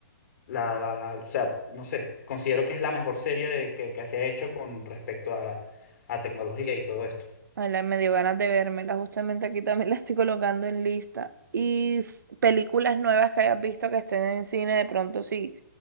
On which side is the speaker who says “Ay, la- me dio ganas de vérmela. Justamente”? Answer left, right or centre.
Right